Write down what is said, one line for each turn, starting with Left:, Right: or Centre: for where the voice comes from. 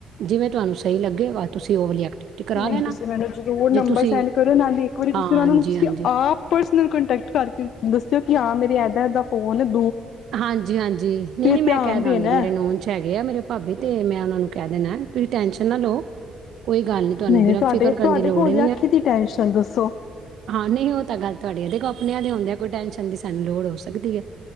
Right: ਜਿਵੇਂ ਤੁਹਾਨੂੰ <unintelligible> <unintelligible> ਐਕਟੀਵਿਟੀ ਕਰਾ
Left: ਨਹੀਂ
Right: ਲੈਣਾ
Left: ਤੁਸੀਂ ਮੈਨੂੰ ਜਰੂਰ ਨੰਬਰ
Right: ਜੇ ਤੁਸੀਂ
Left: ਸੈਂਡ ਕਰਿਓ ਨਾਲੇ ਇੱਕ ਵਾਰੀ ਤੁਸੀਂ
Right: ਹਾਂਜੀ
Left: ਉਹਨਾ ਨੂੰ ਤੁਸੀਂ
Right: ਹਾਂਜੀ
Left: ਆਪ ਪਰਸਨਲ ਕੋਂਟੈਕਟ ਕਰਕੇ ਦੱਸਿਓ ਕਿ ਹਾਂ ਮੇ <unintelligible>
Right: ਹਾਂਜੀ ਹਾਂਜੀ ਨਹੀਂ ਨਹੀਂ ਮੈਂ
Left: ਧਿਆਨ
Right: ਕਹਿ ਦਾਂਗੀ
Left: ਦੇਣਾ
Right: ਮੇਰੇ
Left: ਹੈ।
Right: ਨੋਨ ਚ ਹੈਗੇ ਆ ਮੇਰੇ ਭਾਬੀ ਤੇ ਮੈਂ ਉਹਨਾਂ ਨੂੰ ਕਹਿ ਦੇਣਾ ਤੁਸੀਂ ਟੈਂਸ਼ਨ ਨਾ ਲਓ ਕੋਈ ਗੱਲ ਨੀ ਤੁਹਾਨੂੰ
Left: ਨਹੀਂ
Right: ਬਿਨਾਂ
Left: ਨਹੀਂ ਤੁਹਾਡੇ
Right: ਫਿਕਰ ਕਰਨ
Left: ਤੁਹਾਡੇ
Right: ਦੀ ਲੋੜ
Left: ਹੋਦਿਆਂ
Right: ਹੀ
Left: ਕਿਹਦੀ ਟੈਨਸ਼ਨ ਦੱਸੋ
Right: ਨਹੀਂ ਉਹ ਤਾਂ ਗੱਲ ਤੁਹਾਡੀ ਆ ਦੇਖੋ ਆਪਣਿਆਂ ਦੇ ਹੁੰਦੇ ਕੋਈ ਟ ਣ ਦੀ ਸਾਨੂੰ ਲੋੜ ਹੋ ਸਕਦੀ ਹੈ